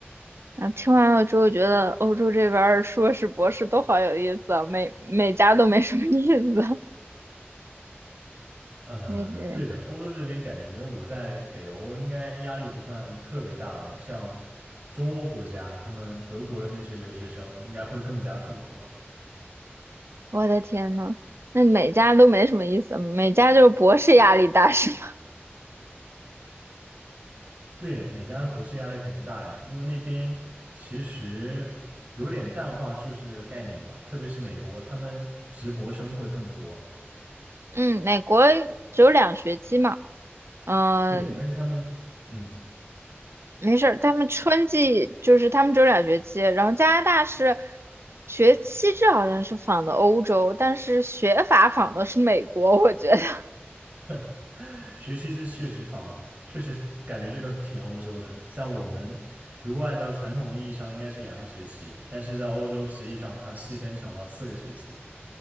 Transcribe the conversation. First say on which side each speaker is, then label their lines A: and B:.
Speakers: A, on the right; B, on the right.
A: 啊，听完了之后觉得欧洲这边儿硕士、博士都好有意思啊，每每家都没什么意思。
B: 呃，
A: <laughs> 那个
B: 对的，欧洲这边感觉我在北欧应该压力不算特别大的，像中欧国家，他们德国的那些留学生应该会更加痛苦啊。
A: 我的天呐，那每家都没什么意思，每家就是博士压力大 <laughs> 是吗？
B: 对，美加的博士压力肯定大呀，因为那边其实有点淡化硕士这个概念吧，特别是美国，他们直博生会更多。
A: 嗯，美国只有两学期嘛，嗯、
B: 对，而且他们，嗯。
A: 没事儿，他们春季就是他们只有两学期，然后加拿大是学期制好像是仿的欧洲，但是学法仿的是美国，我觉得，<laughs>
B: <laughs> 学习是确实方，确实感觉这个挺欧洲的。像我们如果按照传统意义上应该是两个学期，但是在欧洲实际上它细分成了四个学期。